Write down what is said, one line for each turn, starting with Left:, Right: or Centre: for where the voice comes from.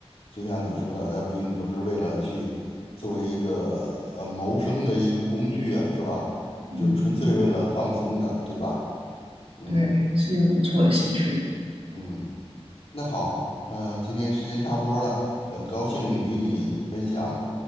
Left: 就像你说的，他并不是为了去作为一个呃谋生的一个工具啊，是吧？
Right: 嗯，
Left: 就纯粹为了放松的，对吧？嗯
Right: 对，是一个不错的兴趣。
Left: 嗯。那好，呃，今天时间差不多了，很高兴与你分享，